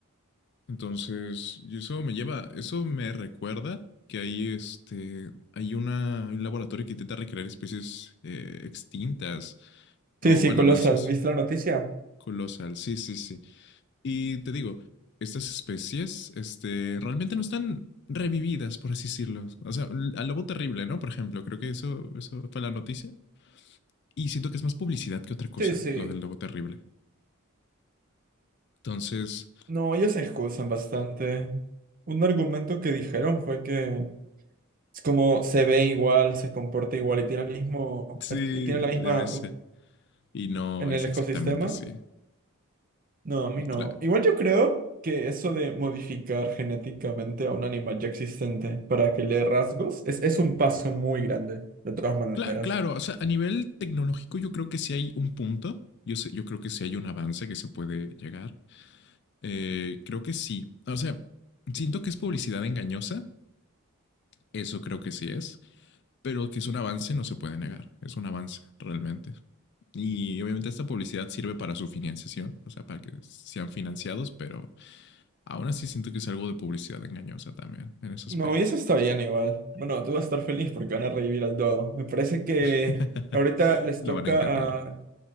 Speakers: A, on the left; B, on the right.
A: Entonces, y eso me lleva, eso me recuerda que hay este, hay una, un laboratorio que intenta recrear especies eh, extintas, o
B: Sí, sí,
A: bueno,
B: colosal.
A: al menos así,
B: ¿Viste la noticia?
A: colosal, sí, sí, sí Y te digo, estas especies, este, realmente no están revividas, por así decirlo. O sea, al lobo terrible, ¿no? Por ejemplo, creo que eso, eso fue la noticia. Y siento que es más publicidad que otra cosa,
B: Sí, sí.
A: lo del lobo terrible. Entonces,
B: No, ellos se excusan bastante. Un argumento que dijeron fue que es como se ve igual, se comporta igual y tiene el mismo,
A: sí,
B: es- y tiene la misma
A: debe ser.
B: u-
A: Y no
B: en
A: es
B: el ecosistema.
A: exactamente así.
B: No, a mí
A: Y
B: no.
A: claro,
B: Igual yo creo que eso de modificar genéticamente a un animal ya existente para que le dé rasgos es, es un paso muy grande, de todas maneras.
A: claro, claro, o sea, a nivel tecnológico yo creo que sí hay un punto. Yo, sé, yo creo que sí hay un avance que se puede llegar. Eh, creo que sí. O sea, siento que es publicidad engañosa. Eso creo que sí es. pero que es un avance, no se puede negar. Es un avance, realmente. Y obviamente esta publicidad sirve para su financiación, o sea, para que sean financiados, pero aún así siento que es algo de publicidad engañosa también, en ese aspecto.
B: No, y eso está bien igual. Bueno, tú vas a estar feliz porque van a revivir al dodo. Me parece que
A: <laughs>
B: ahorita les
A: Lo
B: toca
A: van a intentar.
B: a,